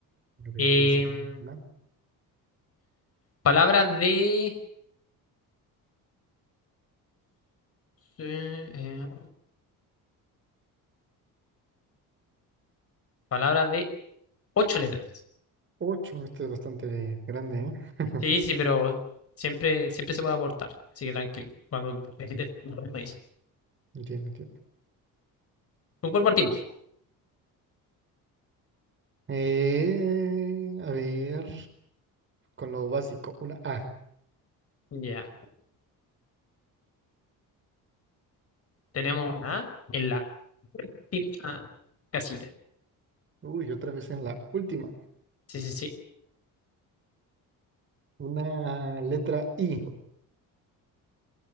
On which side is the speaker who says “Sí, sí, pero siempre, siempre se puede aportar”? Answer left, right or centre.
Left